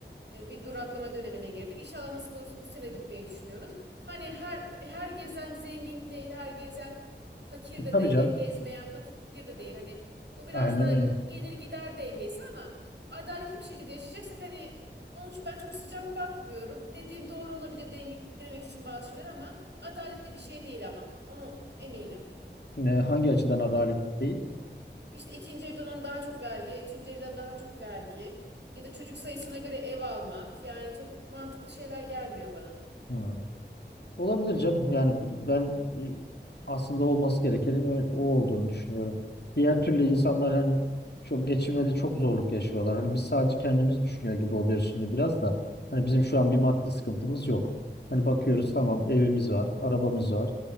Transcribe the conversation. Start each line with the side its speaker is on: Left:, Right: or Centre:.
Right: E, bir duraklama dönemine girdik. İnşallah nasip olursa bu sene gitmeyi düşünüyoruz. Hani her her gezen zengin değil, her gezen fakir
Left: E,
Right: de
Left: tabii
Right: değil,
Left: canım.
Right: gezmeyen fakir de değil. Hani bu biraz
Left: Aynen
Right: da
Left: öyle.
Right: gelir gider dengesi ama adaletli bir şekilde yaşayacaksak hani onun için ben çok sıcak bakmıyorum. Dediğin doğru olabilir dengelemek için bazı şeyler ama adaletli bir şey değil ama. Onu eminim.
Left: Ne, hangi açıdan adaletli değil?
Right: İşte ikinci evden alınan daha çok vergi, üçüncü evden daha çok vergi ya da çocuk sayısına göre ev almak. Yani çok mantıklı şeyler gelmiyor bana.
Left: Hı. Olabilir canım. Yani ben e, aslında olması gerekenin ö- o olduğunu düşünüyorum. Diğer türlü insanlar hani çok geçinmede çok zorluk yaşıyorlar. Hani biz sadece kendimizi düşünüyor gibi oluyoruz şimdi biraz da. Hani bizim şu an bir maddi sıkıntımız yok. Hani bakıyoruz tamam evimiz var, arabamız var.